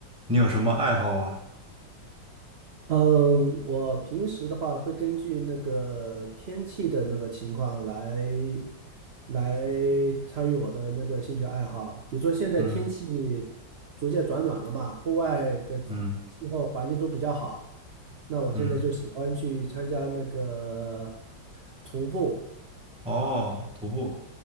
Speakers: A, in the centre; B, on the right (about 80°).
A: 你有什么爱好啊？
B: 嗯，我平时的话会根据那个天气的那个情况来来参与我的那个兴趣爱好。比如说现在天气逐渐转暖了嘛，
A: 嗯
B: 户外的气气候环境都比较好，
A: 嗯
B: 那我现在就喜欢去参加那个
A: 嗯，
B: 徒步。
A: 哦，徒步，